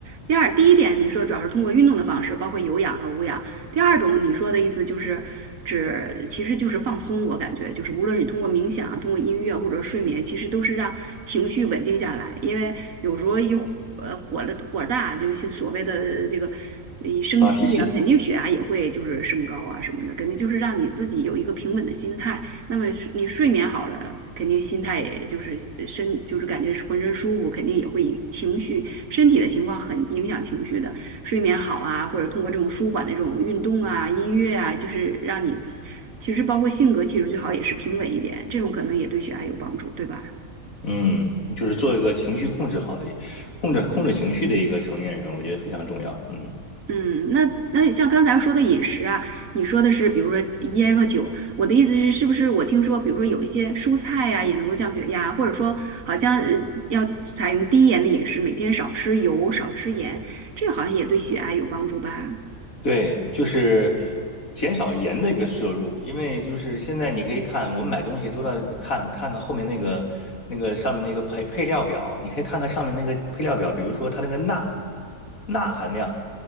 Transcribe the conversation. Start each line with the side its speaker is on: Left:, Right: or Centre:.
Right: 第二，第一点你说主要是通过运动的方式，包括有氧和无氧。第二种你说的意思就是指，其实就是放松。我感觉就是无论你通过冥想、通过音乐或者睡眠，其实都是让情绪稳定下来。因为有时候一火呃火的火大，就是所谓的这个一生气呀、
Left: 发脾气。
Right: 肯定血压也会就是升高啊什么的，肯定就是让你自己有一个平稳的心态。那么睡你睡眠好了，肯定心态也就是呃身就是感觉是浑身舒服，肯定也会以情绪身体的情况很影响情绪的。睡眠好啊，或者通过这种舒缓的这种运动啊、音乐啊，就是让你其实包括性格其实最好也是平稳一点，这种可能也对血压有帮助，对吧？
Left: 嗯，就是做一个情绪控制好的、控制控制情绪的一个成年人，
Right: 嗯。
Left: 我觉得非常重要。嗯。
Right: 嗯，那那像刚才说的饮食啊，你说的是比如说烟和酒，我的意思是，是不是我听说，比如说有一些蔬菜呀、也能够降血压，或者说好像呃要采用低盐的饮食，每天少吃油、少吃盐，这好像也对血压有帮助吧？
Left: 对，就是减少盐的一个摄入，因为就是现在你可以看，我们买东西都在看看看后面那个那个上面那个配配料表，你可以看看上面那个配料表，比如说它那个钠钠含量，